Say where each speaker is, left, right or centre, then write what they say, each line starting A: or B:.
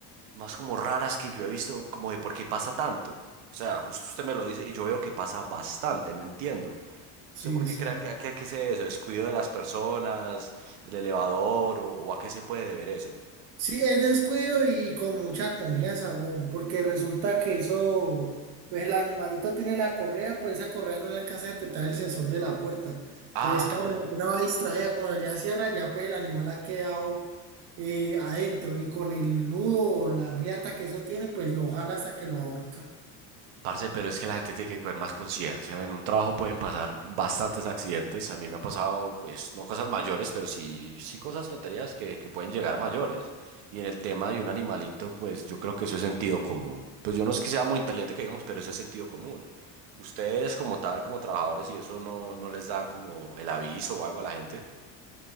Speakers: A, on the right (about 85°); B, on the right (about 40°).
A: más como raras que yo he visto, como de por qué pasa tanto. O sea, justo usted me lo dice y yo veo que pasa bastante, no entiendo.
B: sí,
A: ¿Usted por qué
B: sí.
A: cree que, que, que es eso? ¿Descuido de las personas, el elevador o, o a qué se puede deber eso?
B: Sí, es descuido y con mucha confianza, weón, porque resulta que eso, pues el animalito tiene la correa, pero esa correa no le alcanza a detectar el sensor de la puerta.
A: Ah,
B: Entonces, claro, la persona va distraída, cuando ya cierra, ya pues el animal ha quedado eh, adentro y con el nudo o la riata que eso tiene, pues lo jala hasta que lo ahorca.
A: parce, pero es que la gente tiene que coger más conciencia. En un trabajo pueden pasar bastantes accidentes. A mí me han pasado, pues, no cosas mayores, pero sí, sí cosas tonterías que, que pueden llegar a mayores. Y en el tema de un animalito, pues yo creo que eso es sentido común. Pues yo no es que sea muy inteligente que digamos, pero eso es sentido común. Ustedes como tal, como trabajadores, y eso no, no les dan como el aviso o algo a la gente.